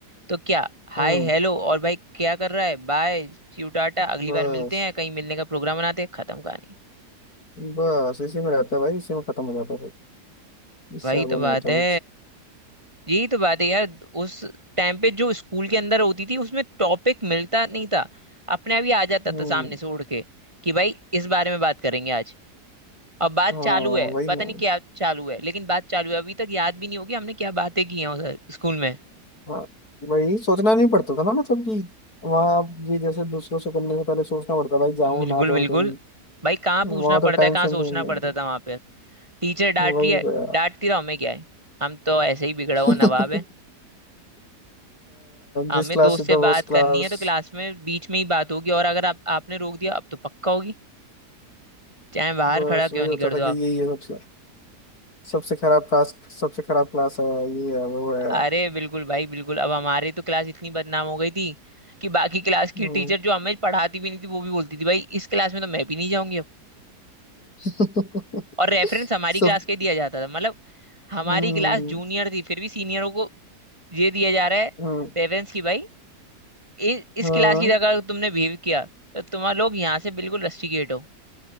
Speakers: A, on the right; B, on the left.
A: तो क्या हाय
B: हम्म
A: हेलो और भाई क्या कर रहा है बाय सी यू टाटा अगली
B: बस
A: बार मिलते हैं कहीं मिलने का प्रोग्राम बनाते हैं खत्म कहानी
B: बस इसी में रहता है भाई इसी में खत्म हो जाता है फिर इससे
A: वही
B: ज्यादा
A: तो
B: नहीं
A: बात
B: होता
A: है
B: कुछ
A: यही तो बात है यार उस टाइम पे जो स्कूल के अंदर होती थी उसमें टॉपिक मिलता नहीं था अपने आप ही आ जाता
B: हम्म
A: था सामने से उड़ के कि भाई इस बारे में बात करेंगे आज अब बात
B: हाँ
A: चालू है
B: वही
A: पता
B: ना
A: नहीं क्या चालू है लेकिन बात चालू है अभी तक याद भी नहीं होगी हमने क्या बातें की हैं उधर स्कूल में
B: हाँ वही सोचना नहीं पड़ता था ना मतलब कि वहाँ आप ये जैसे दूसरों से करने से पहले सोचना पड़ता भाई जाऊँ
A: बिल्कुल
B: ना जाऊँ
A: बिल्कुल
B: कहीं
A: भाई कहाँ पूछना
B: वहाँ
A: पड़ता
B: तो टाइम
A: है कहाँ
B: से
A: सोचना
B: कहीं नहीं
A: पड़ता
B: है।
A: था वहां पे टीचर डांट
B: वही
A: रही है
B: तो
A: डांटती रहो हमें क्या है हम तो ऐसे ही बिगड़ा हुआ
B: यार
A: नवाब है
B: <laughs>
A: हमें
B: This class
A: दोस्त
B: is
A: से
B: the
A: बात
B: worst
A: करनी
B: class
A: है तो क्लास में बीच में ही बात होगी और अगर आप आपने रोक दिया अब तो पक्का होगी चाहे बाहर
B: बस
A: खड़ा क्यों
B: वही होता
A: नहीं कर दो
B: था कि यही
A: आप
B: है सबसे सबसे खराब क्लास सबसे खराब क्लास है ये है वो है
A: अरे बिल्कुल भाई बिल्कुल अब हमारी तो क्लास इतनी बदनाम हो गई थी कि बाकी क्लास
B: हम्म।
A: की टीचर जो हमें पढ़ाती भी नहीं थी वो भी बोलती थी भाई इस क्लास में तो मैं भी नहीं जाऊंगी
B: <laughs>
A: और रेफरेंस हमारी
B: सब
A: क्लास का ही दिया जाता था मतलब हमारी
B: हम्म,
A: क्लास जूनियर थी फिर भी सीनियरों को ये दिया जा रहा है
B: हम्म,
A: रेफरेंस की भाई इ, इस
B: हाँ
A: क्लास की अगर तुमने बिहेव किया तो तुम्हारे लोग यहाँ से बिल्कुल रस्टिकेट हो